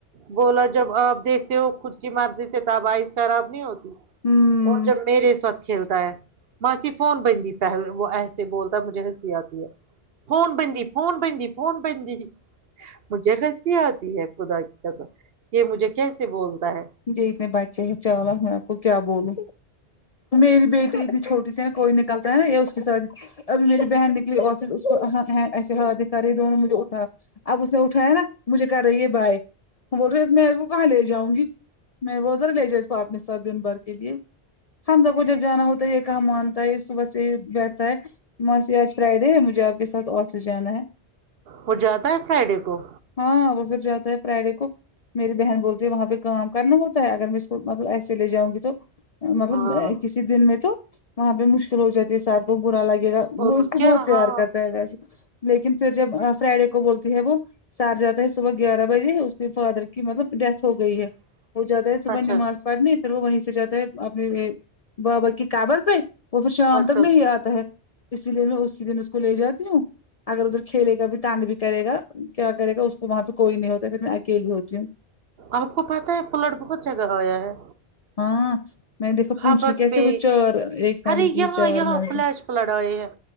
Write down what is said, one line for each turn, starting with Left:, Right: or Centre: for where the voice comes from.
Right: بولا جب آپ دیکھتے ہو خود کی مرضی سے تب آئز خراب نہیں ہوتی
Left: ہمم
Right: اور جب میرے ساتھ کھیلتا ہے ماسی فون بندی پہلے وہ ایسے بولتا مجھے ہنسی آتی ہے فون بندی فون بندی فون بندی مجھے ہنسی آتی ہے خدا کی کسم یہ مجھے کیسے بولتا ہے
Left: یہ اتنے بچے ہے چالو میں آپ کو کیا بولوں میری بیٹی اتنی چھوٹی سی کوئی نکلتا ہے یہ اس کے ساتھ ابھی میری بہن نکلی آفس اس کو ایسے ہاتھ دکھا رہی دونوں مجھے اٹھا اب اس نے اٹھایا نا مجھے کر رہی ہے بائے بول رہے میں اس کو کہاں لے جاؤں گی میں وہ ذرا لے جا اس کو اپنے ساتھ دن بھر کے لیے ہم سب کو جب جانا ہوتا ہے یہ کہ مانتا ہے صبح سے ہی بیٹھتا ہے ماں سی آج فرائیڈے ہے مجھے آپ کے ساتھ آفس جانا ہے
Right: وہ جاتا ہے فرائیڈے کو
Left: ہاں وہ پھر جاتا ہے فرائیڈے کو میری بہن بولتی ہے وہاں پہ کام کرنا ہوتا ہے اگر میں اس کو مطلب ایسے لے جاؤں گی تو مطلب
Right: ہاں
Left: کسی دن میں تو وہاں پہ مشکل ہو جاتی ہے سار کو برا لگے گا
Right: اور
Left: وہ اس کو
Right: کیا
Left: بہت پیار
Right: ہاں
Left: کرتا ہے ویسے لیکن پھر جب آ فرائیڈے کو بولتی ہے وہ سار جاتا ہے صبح گیارہ بجے اس کے فادر کی مطلب ڈیتھ ہو گئی ہے وہ جاتا ہے صبح
Right: اچھا
Left: نماز پاٹنے پھر وہ وہیں سے جاتا ہے اپنے بابر کی کابر پہ وہ تو شام
Right: اچھا
Left: تک نہیں آتا ہے اسی لیے میں اسی دن اس کو لے جاتی ہوں اگر ادھر کھیلے کا بھی تانگ بھی کرے گا کیا کرے گا اس کو وہاں پہ کوئی نہیں ہوتا ہے پھر میں اکیلی ہوتی ہوں
Right: آپ کو پتہ ہے فلڈ بہت جگہ آیا ہے
Left: ہاں میں نے دیکھا پونچھ
Right: ہابک
Left: میں کیسے
Right: پہ
Left: وہ چار ایک فیملی
Right: ارے یہاں
Left: کے چار
Right: یہاں
Left: مرد
Right: فلیش فلڈ آںی ہیں